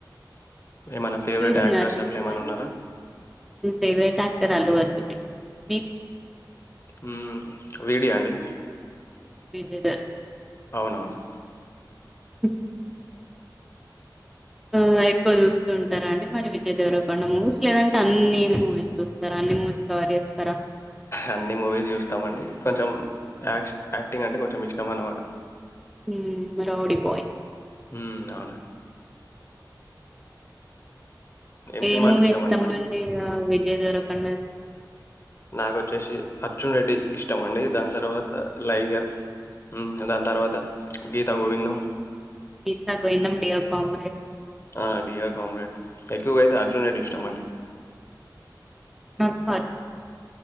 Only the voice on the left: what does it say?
ఏమైనా ఫేవరెట్
యాక్టర్స్
అట్లా ఏమైనా
ఉన్నారా?
హమ్ వీడియా అండి
అవునవును
అన్ని మూవీస్ చూస్తామండి కొంచెం యాక్ యాక్టింగ్ అంటే కొంచెం ఇష్టం అన్నమాట
ఉం అవునా ఏం
సినిమా
అంటే ఇష్టమండి
మరి?
నాకొచ్చేసి అర్జున్ రెడ్డి ఇష్టం అండి దాని తర్వాత లైగర్ దాని తర్వాత గీతా గోవిందం
ఆ డియర్ కామ్రేడ్ ఎక్కువగా అయితే అర్జున్ అడ్ ఇష్టం అండి